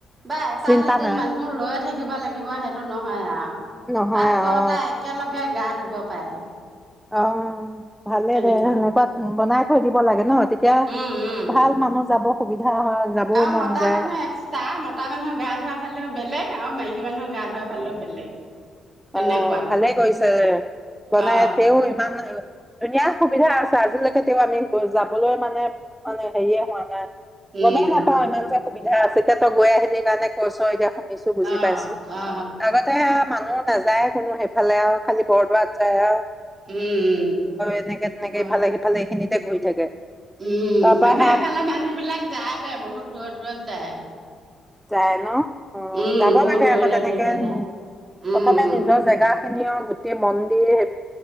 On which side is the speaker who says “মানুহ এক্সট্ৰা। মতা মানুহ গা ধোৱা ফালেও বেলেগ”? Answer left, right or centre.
Right